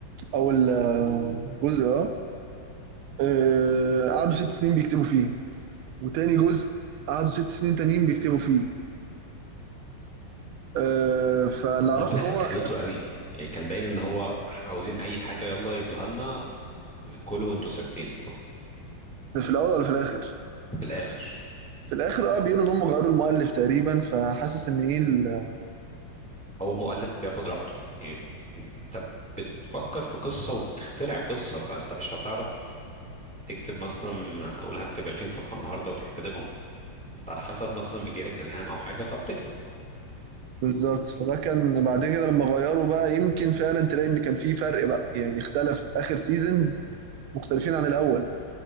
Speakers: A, on the right (about 80°); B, in the centre.
A: اول آه، جزء اه آه، قعدوا ست سنين بيكتبوا فيه وتاني جزء قعدوا ست سنين تانيين بيكتبوا فيه آه، فاللي اعرفه
B: هما في الاخر
A: ان هو
B: كرويته
A: آه،
B: قوي يعني كان باين ان هو عاوزين اي حاجه يلا يدوها لنا كلوا وانتوا ساكتين
A: ده في الاول ولا في الاخر
B: في الاخر
A: في الاخر اه بيقولوا ان هم غيروا المؤلف تقريبا فحاسس ان ايه ال-
B: هو مؤلف بياخد راحته يعني انت بتفكر في قصه وبتخترع قصه فانت مش هتعرف تكتب مثلا هقول هكتب 20 صفحه النهارده وتروح كاتبهم على حسب مثلا بيجي لك الهام او حاجه فبتكتب
A: بالظبط فده كان بعد كده لما غيروا بقى يمكن فعلا تلاقي ان كان في فرق بقى يعني اختلف اخر سيزونز مختلفين عن الاول